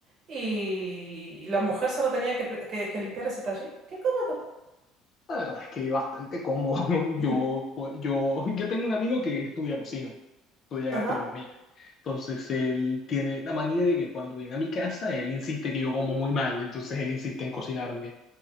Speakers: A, on the right; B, on the left.
A: y la mujer solo tenía que, pre- que- que limpiar ese tajín. ¡Qué cómodo!
B: La verdad es que bastante cómodo. ¿no?
A: <clears throat>
B: Yo,
A: Ujú.
B: yo, yo tengo un amigo que estudia cocina, estudia
A: Ajá,
B: gastronomía. Entonces él tiene la manía de que cuando viene a mi casa, él insiste que yo como muy mal, entonces él insiste en cocinarme